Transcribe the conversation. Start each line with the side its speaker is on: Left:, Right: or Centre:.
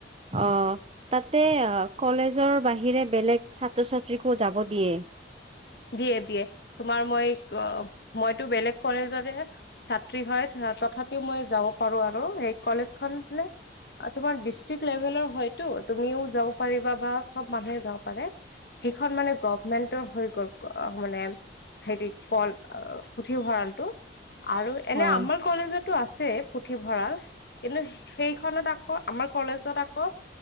Right: অ' তাতে কলেজৰ বাহিৰে বেলেগ ছাত্ৰ ছাত্ৰীকো যাব দিয়ে। <inaudible>
Left: দিয়ে দিয়ে তোমাৰ মই মইতো বেলেগ কলেজৰে ছাত্ৰী হয়। তথাপিও মই যাব পাৰো আৰু সেই কলেজ খ নে তোমাৰ ডিষ্ট্ৰিক্ট লেভেলৰ হয়তো। তুমিও যাব পাৰিবা বা সব মানুহে যাব পাৰে সেইখন মানে গভমেন্টৰ হৈ গ'ল। আহ মানে হেতি কল উঠি ভৰালটো। আৰু এনে
Right: হয়
Left: আমাৰ কলেজতো আছে পুথিভঁৰাল কিন্তু সেইখনত। আকৌ আমাৰ কলেজত আকৌ